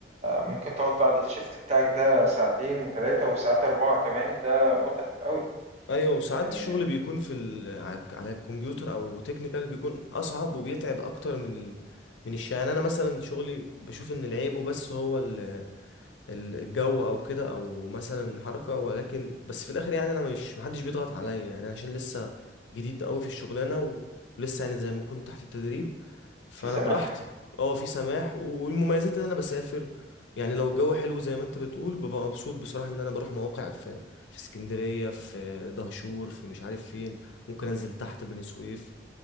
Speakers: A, on the right; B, on the left.
A: ممكن تقعد بعد الشيفت بتاعك ده ساعتين وتلاتة وساعات أربعة كمان ده متعب قوي
B: ايوه وساعات
A: آه،
B: الشغل بيكون في ال... على على الكمبيوتر او تكنيكال بيكون اصعب وبيتعب اكتر من ال... من الشغل يعني انا مثلا شغلي بشوف ان العيبه بس هو ال... ال- الجو او كده او مثلا حركه ولكن بس في الاخر يعني انا مش محدش بيضغط عليا يعني أنا عشان لسه جديد قوي في الشغلانه و... ولسه يعني زي ما كنت تحت التدريب فانا
A: في سماح
B: براحتي اه في سماح والمميزات ان انا بسافر يعني لو الجو حلو زي ما انت بتقول ببقى مبسوط بصراحه ان انا بروح مواقع في في اسكندريه في دهشور في مش عارف فين ممكن انزل تحت بني سويف